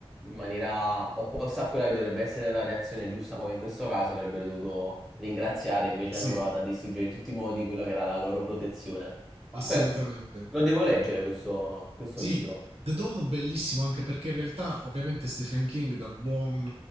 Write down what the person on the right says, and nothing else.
sì,
assolutamente.
Sì,
The Dome bellissimo anche perché in realtà ovviamente Stephen King da buon